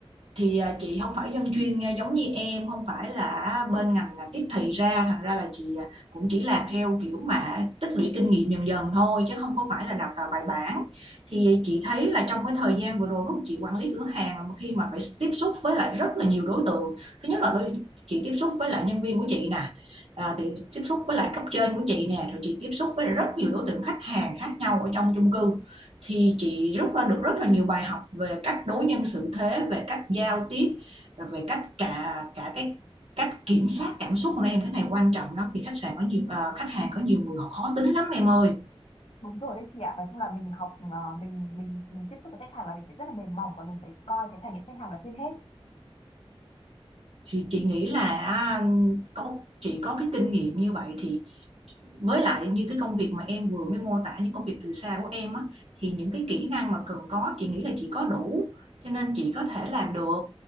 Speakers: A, on the right (about 80°); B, on the left (about 70°).
A: thì à, chị không phải dân chuyên à, giống như em không phải là bên ngành là tiếp thị ra thành ra là chị à, cũng chỉ làm theo kiểu mà tích lũy kinh nghiệm dần dần thôi chứ không có phải là đào tạo bài bản thì chị thấy là trong cái thời gian vừa rồi lúc chị quản lý cửa hàng mà khi mà phải tiếp xúc với lại rất là nhiều đối tượng thứ nhất là đôi- chị tiếp xúc với lại nhân viên của chị nè À, thì tiếp xúc với lại cấp trên của chị nè rồi chị tiếp xúc với rất nhiều đối tượng khách hàng khác nhau ở trong chung cư thì chị rút ra được rất là nhiều bài học về cách đối nhân xử thế về cách giao tiếp rồi về cách cả cả cái cách kiểm soát cảm xúc của em cái này quan trọng lắm vì khách sạn có nhiều ờ, khách hàng có nhiều người họ khó tính lắm em ơi
B: Đúng rồi đấy chị ạ. Nói chung là mình học ờ, mình mình mình tiếp xúc với khách hàng là mình phải rất là mềm mỏng và mình phải coi cái trải nghiệm khách hàng là trên hết.
A: thì chị nghĩ là à, có chị có cái kinh nghiệm như vậy thì với lại như cái công việc mà em vừa mới mô tả những công việc từ xa của em á thì những cái kỹ năng mà cần có chị nghĩ là chị có đủ cho nên chị có thể làm được